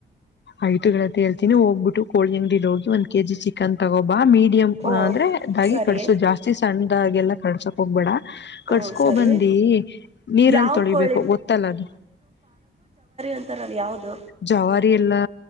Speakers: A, on the left; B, on the right.
A: ಐ್ು ಗಳತ್ತ ಹೇಳ್ತಿನನಿ ಹೋಗ್ಬಿಟ್ಟ ಕೋಳಿಂಗಡಿಲಿ ಹೋಗಿ ಒಂದ್ ಕೆ ಜಿ ಚಿಕನ್ ತಗೋಬ ಮೀಡಿಯಂ್
B: ಓ
A: ಅಂದ್ರೆ ಇದಾಗಿ
B: ಸರಿ
A: ಕಡಸೋ ಜಾಸ್ತಿ ಸಣ್ಣಾಗೆಲ್ಲ ಕಡ್ಸಕ್ ಹೋಗ್ಬೇಡ
B: ಹ್ಞೂ
A: ಕಡ್ಸ್ಕೋ
B: ಸರಿ
A: ಬಂದಿ ನೀರಲ್ಲಿ
B: ಯಾವ
A: ತೊಳಿಬೇಕು
B: ಕೋಳಿ
A: ಗೊತ್ತಲ್ಲ ಅದು
B: ಅಂತರ ಯಾವ್ದದು
A: ಜವಾರಿ ಎಲ್ಲಾ